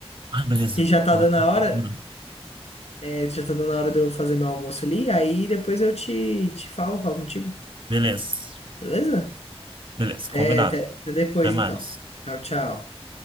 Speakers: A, on the right (about 55°); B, on the left (about 85°).
A: Ai, beleza.
B: que já tá dando a hora,
A: Não.
B: é, já tá dando a hora de eu fazer meu almoço ali, aí depois eu te, te falo, falo contigo,
A: Beleza.
B: beleza?
A: Beleza,
B: Até,
A: combinado.
B: até até depois,
A: Até mais.
B: então. Tchau, tchau.